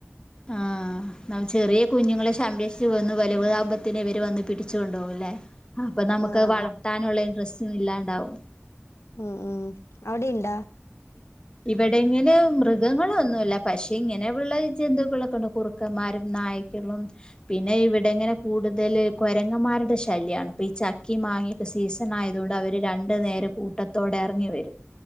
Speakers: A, on the left (about 20°); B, on the left (about 80°).
A: ആ <unintelligible> ചെറിയ കുഞ്ഞുങ്ങളെ സംരക്ഷ <unintelligible> വലുതാമ്പത്തിന് ഇവര് വന്ന് പിടിച്ചു കൊണ്ടുപോകുല്ലേ. അപ്പൊ നമുക്കത്
B: ആഹ്
A: വളർത്താനുള്ള ഇന്ട്രെസ്റ്റ് ഇല്ലാണ്ടാവും.
B: ഉം ഉം അവിടെയുണ്ടാ?
A: ഇവിടിങ്ങനെ മൃഗങ്ങളൊന്നുമില്ല. പക്ഷെ, ഇങ്ങനെ ഉള്ള ജന്തുക്കളൊക്കെ ഉണ്ട്. കുറുക്കന്മാരും നായ്ക്കളും പിന്നെ പിന്നെ ഇവിടെ ഇങ്ങനെ കൂടുതൽ കൊരങ്ങമാരുടെ ശല്യമാണ് ഇപ്പൊ ഈ ച ചക്കിം മാങ്ങേടെ സീസൺ ആയതുകൊണ്ട് അവര് രണ്ടു നേരം കൂട്ടത്തോടെ എറങ്ങി വരും